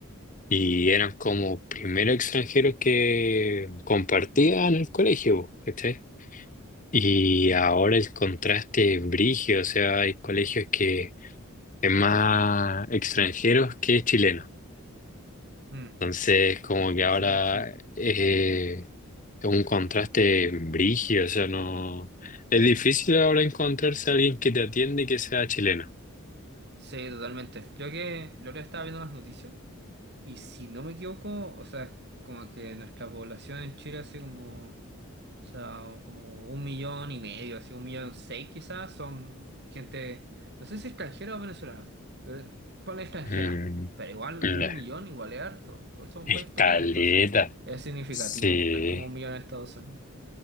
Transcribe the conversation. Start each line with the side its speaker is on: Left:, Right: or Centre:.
Left: y eran como primeros extranjeros que compartían el colegio, ¿cachai? Y ahora el contraste es brígido, o sea, hay colegios que es más extranjeros que chilenos.
Right: Mm,
Left: Entonces, como que ahora
Right: sí, sí,
Left: eh, es un contraste brígido, o sea, no... Es difícil ahora encontrarse a alguien que te atiende que sea chileno.
Right: sí, totalmente. Creo que lo que estaba viendo las noticias. Y si no me equivoco, o sea, como que nuestra población en Chile, así como, o sea, como un millón y medio, así un millón seis quizás, son gente, no sé si extranjera o venezolana, pero ponle extranjera,
Left: Mm,
Right: pero igual
Left: la
Right: un millón igual es harto, igual somos
Left: escaleta.
Right: un país pequeño, entonces es significativo,
Left: Sí.
Right: no es como un millón en Estados Unidos,